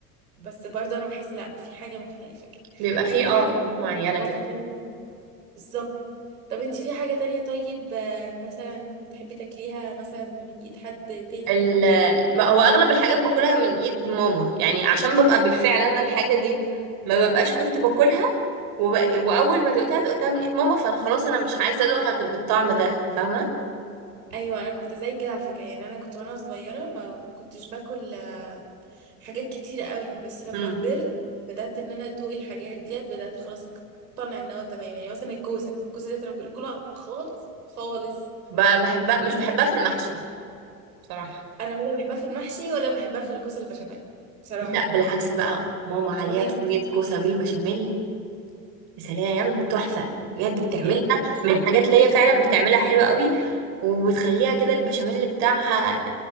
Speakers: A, on the right; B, on the right.
A: بس برضه انا بحس لا في حاجه مختلفه كده
B: بيبقى فيه
A: هي في
B: اه
A: حاجه
B: حاجات معينة
A: مختلفه
B: كده
A: بالظبط طب انتي في حاجه تانية طيب آه، مثلا تحبي تاكليها مثلا من ايد حد تاني
B: ال
A: غير مامتك
B: ما هو اغلب الحاجات باكلها من ايد ماما يعني عشان ببقى بالفعل انا الحاجه دي ما ببقاش كنت باكلها وب... واول ما دقتها دقتها من ايد ماما فانا خلاص انا مش عايزه ادوقها غير بالطعم ده فاهمه
A: ايوه انا كنت زي كده على فكره يعني انا كنت وانا صغيره ما كنتش باكل حاجات كتيرة قوي بس لما
B: امم
A: كبرت بدأت ان انا ادوق الحاجات ديت بدأت خلاص اقتنع ان هو تمام يعني مثلا الكوسة الكوسة ديت انا ما كنتش باكلها خالص خالص
B: ب- بحبها مش بحبها في المحشي بصراحه
A: انا ولا بحبها في المحشي ولا بحبها في الكوسة البشاميل بصراحة
B: لا بالعكس بقى ماما عليها
A: طبيخ
B: صينيه
A: بس
B: كوسه بالبشاميل يا سلام تحفة بجد بتعملها
A: يعني مش
B: من
A: عارفة
B: الحاجات اللي هي فعلا بتعملها حلوة قوي وبتخليها كده البشاميل بتاعها